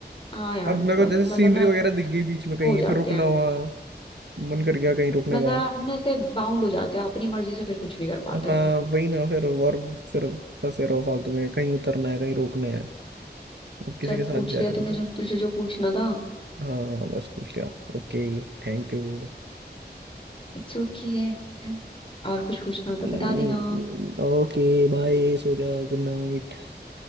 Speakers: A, on the left (about 30°); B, on the right (about 80°).
A: हाँ यार
B: अब
A: ब-
B: मेरे को जैसे
A: मतलब
B: सीनरी
A: ना
B: वगैरह दिख गई
A: वो
B: बीच में कहीं
A: हो जाते
B: फिर रुकना
A: हैं
B: हुआ मन कर गया कहीं रुकने
A: मतलब
B: का
A: आप ना ऐसे बाउंड हो जाते हो अपनी मर्जी से फिर कुछ नहीं कर पाते
B: हाँ वही ना फिर और फिर फंसे रहो फालतू में कहीं उतरना है कहीं रुकना है अब किसी
A: चल
B: के साथ
A: पूछ
B: जा
A: लिया
B: रहे
A: तूने
B: हो तो
A: जो तुझे जो पूछना था
B: हाँ बस पूछ लिया Okay Thank you
A: इट्स ओके okay है और कुछ पूछना हो तो बता
B: <laughs>
A: देना
B: Okay bye सो जा गुड नाइट